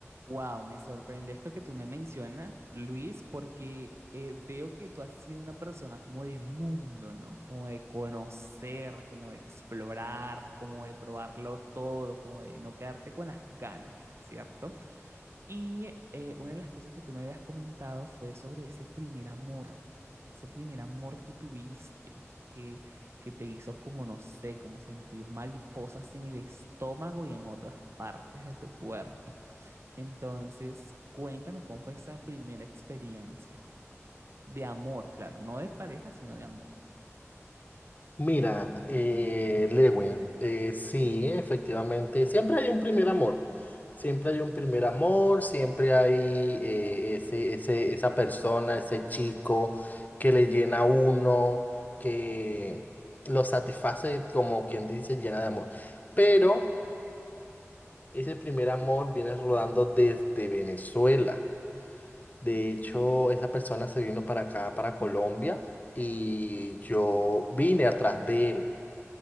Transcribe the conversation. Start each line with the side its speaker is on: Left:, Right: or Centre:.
Right: Wow, me sorprende esto que tú me mencionas, Luis, porque eh, veo que tú has sido una persona como de mundo, ¿no? Como de conocer, como de explorar, como de probarlo todo, como de no quedarte con las ganas, ¿cierto? Y eh, una de las cosas que tú me habías comentado fue sobre ese primer amor, ese primer amor que tuviste, que, que te hizo como, no sé, como sentir mariposas en el estómago y en otras partes de tu cuerpo. Entonces, cuéntame cómo fue esa primera experiencia de amor, claro, no de pareja, sino de amor.
Left: Mira, eh, Lewin, eh, sí, efectivamente, siempre hay un primer amor, siempre hay un primer amor, siempre hay eh, ese, ese, esa persona, ese chico que le llena a uno, que lo satisface, como quien dice, llena de amor. Pero ese primer amor viene rodando desde Venezuela. De hecho, esa persona se vino para acá, para Colombia, y yo vine atrás de él